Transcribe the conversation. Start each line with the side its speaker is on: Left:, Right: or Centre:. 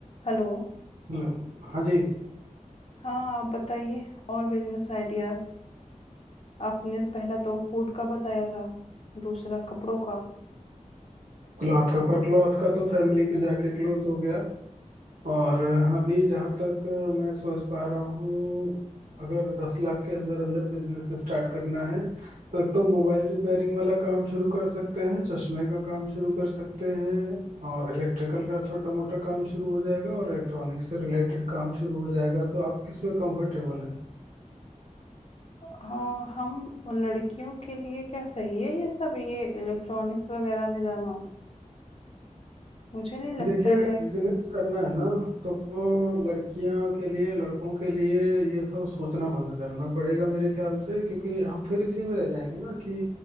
Left: Hello.
Right: Hello हाँ जी
Left: हाँ, आप बताइए और बिज़नेस आइडियाज़। आपने तो पहला तो फूड का बताया था, दूसरा कपड़ों का।
Right: क्लॉथ का पर Cloth का तो फैमिली पे जाके क्लोज हो गया और अभी जहाँ तक मैं सोच पा रहा हूँ अगर दस लाख के अंदर अंदर बिजनेस स्टार्ट करना है तो एक तो मोबाइल रिपेयरिंग वाला काम शुरू कर सकते हैं चश्मे का काम शुरू कर सकते हैं और इलेक्ट्रिकल का छोटा मोटा काम शुरू हो जाएगा और इलेक्ट्रॉनिक्स से रिलेटेड काम शुरू हो जाएगा तो आप किस में कंफर्टेबल
Left: हाँ, हम लड़कियों के लिए क्या सही है ये सब ये इलेक्ट्रॉनिक्स वगैरह में जाना? मुझे नहीं लगता
Right: देखिए अगर
Left: है
Right: बिजनेस करना है ना तो लड़कियों के लिए लड़कों के लिए ये सब सोचना बंद करना पड़ेगा मेरे ख्याल से क्योंकि हम फिर इसी में रह जाएंगे ना कि